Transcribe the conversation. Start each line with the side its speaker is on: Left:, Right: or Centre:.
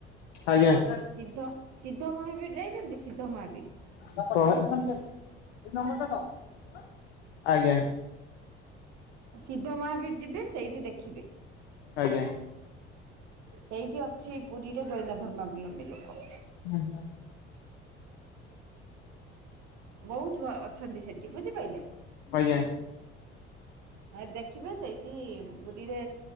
Left: ଆଜ୍ଞା।
Right: ଇଦ୍ଧ ସିଦ୍ଧ ମହାବୀର ଯାଇଛନ୍ତି ସିଦ୍ଧ ମହାବୀର।
Left: <unintelligible> ଆଜ୍ଞା।
Right: ସିଦ୍ଧ ମହାବୀର ଯିବେ ସେଇଠି ଦେଖିବେ।
Left: ଆଜ୍ଞା।
Right: ସେଇଠି ଅଛି ପୁରୀରେ ଜୈନ ଧର୍ମାବଲମ୍ବୀ ଲୋକ।
Left: ହୁଁ ହୁଁ।
Right: ବୋହୁତୁ ଅ ଅଛନ୍ତି ସେଟି ବୁଝିପାଇଲେ।
Left: ଆଜ୍ଞା।
Right: ଆଉ ଦେଖିବେ ସେଇଟି ଉଁ ପୁରୀରେ